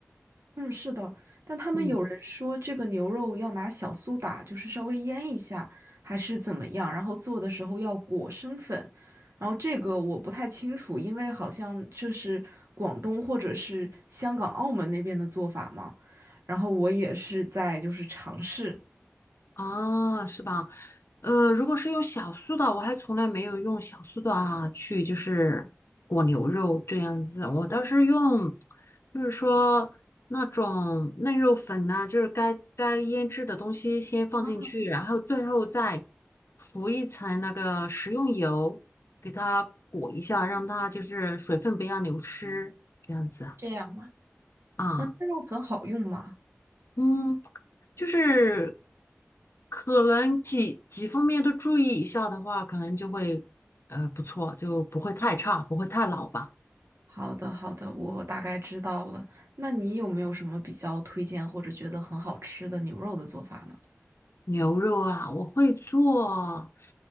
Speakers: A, on the right (about 75°); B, on the left (about 65°).
A: 嗯，是的，但他们有人说这个牛肉要拿小苏打，
B: 嗯。
A: 就是稍微腌一下，还是怎么样，然后做的时候要裹生粉，然后这个我不太清楚，因为好像这是广东或者是香港、澳门那边的做法嘛，然后我也是在就是尝试，
B: 啊，是吧？呃，如果是用小苏打，我还从来没有用小苏打去就是裹牛肉这样子，我倒是用，就是说那种嫩肉粉呐、就是该该腌制的东西先放进去，
A: 啊，
B: 然后最后再浮一层那个食用油，给它裹一下，让它就是水分不要流失，这样子啊。
A: 这样吗？
B: 啊
A: 嗯，那肉粉好用吗？
B: 嗯，就是可能几几方面都注意一下的话，可能就会呃不错，就不会太差，不会太老吧。
A: 好的，好的，我大概知道了。那你有没有什么比较推荐或者觉得很好吃的牛肉的做法呢？
B: 牛肉啊，我会做，